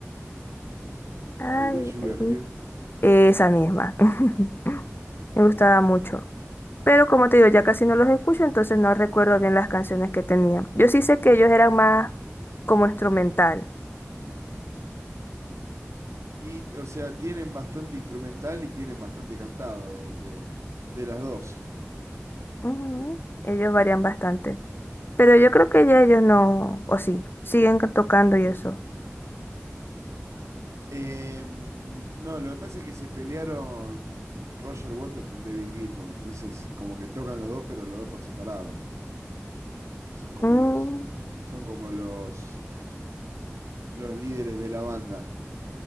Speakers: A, on the right; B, on the left.
A: Eh,
B: Ay,
A: I Wish You Were
B: ay, uy.
A: Here.
B: Esa misma. <laughs> Me gustaba mucho. Pero como te digo, ya casi no los escucho, entonces no recuerdo bien las canciones que tenían. Yo sí sé que ellos eran más como instrumental.
A: Y, o sea, tienen bastante instrumental y tienen bastante cantado de, de, de las dos.
B: Ujú. Ellos varían bastante. Pero yo creo que ya ellos no, o sí, siguen tocando y eso.
A: Em, no, lo que pasa es que se pelearon Roger Waters con David Gilmour, entonces como que tocan los dos, pero los dos por separado, que son como
B: Mm.
A: los, son como los, los líderes de la banda.